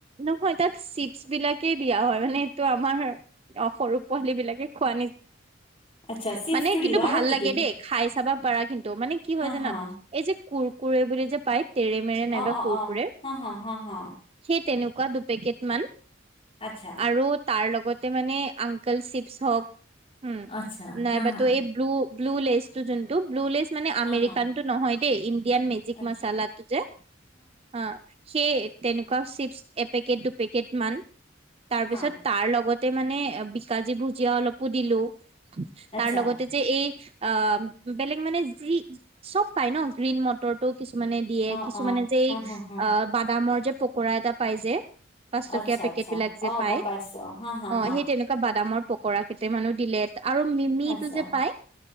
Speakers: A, on the right (about 30°); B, on the left (about 30°).
A: নহয় তাত চিপছ বিলাকে দিয়া হয় মানে এইটো আমাৰ, অ' সৰু পোৱালি বিলাকে খোৱা
B: আচ্ছা
A: <unintelligible>
B: চিপছটো
A: মানে
B: দিলো
A: কিন্তু
B: আৰু
A: ভাল
B: কি
A: লাগে
B: দিম
A: দেই খাই চাবা পাৰা কিন্তু মানে কি
B: হা
A: হয় জানা
B: হা
A: এই যে কুৰ কুৰে বুলি যে পায় তেৰে মেৰে নাইবা
B: অ অ
A: কুৰকুৰে
B: অ হা হা হা হা
A: সেই তেনেকুৱা দুপেকেট মান,
B: আচ্ছা
A: আৰু তাৰ লগত তে মানে আংকল চিপচ হওক হম,
B: আচ্ছা
A: নাইবাতো
B: হা হা
A: এই ব্লু ব্লু লেইজটো যোনটো ব্লু লেইজ মানে
B: হা
A: আমেৰিকান
B: হা
A: টো নহয় দেই ইন ইয়াত মেজিক
B: আচ্ছা
A: মচালা টো যে, হা, সেই তেনেকুৱা চিপচ এপেকট দুপেকেট মান, তাৰপিছত
B: হা
A: তাৰ লগত মানে বিকাজী ভুজিয়া অলপো দিলো,
B: আচ্ছা
A: তাৰ লগতে যে এই আ বেলেগ মানে যি চব পাই ন, গ্ৰীণ মটৰটো। কিছুমানে দিয়ে,
B: অ
A: কিছুমানে
B: অ
A: যে
B: হা হা হা
A: আ বাদামৰ যে পকোৰা এটা পাই যে। পাঁচ টকিয়া
B: আচ্ছা
A: পেকেট
B: আচ্ছা
A: বিলাক যে
B: অ
A: পায়,
B: গম পাইছো হা হা
A: অ'
B: হা
A: সেই তেনেকোৱা বাদামৰ পকৰা কেইটামানো দিলে আৰু মিমি
B: আচ্ছা
A: টো যে পাই।